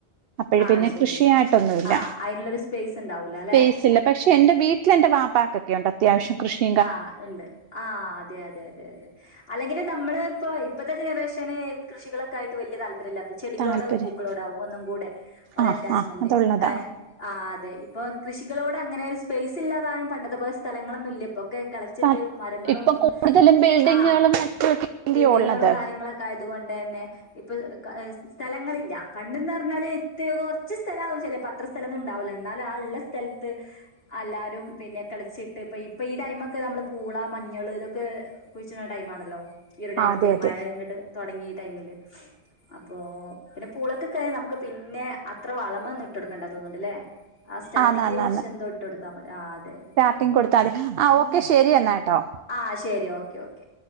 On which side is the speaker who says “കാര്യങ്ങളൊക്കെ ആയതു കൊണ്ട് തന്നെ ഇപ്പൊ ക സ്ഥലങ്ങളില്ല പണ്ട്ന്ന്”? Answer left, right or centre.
Left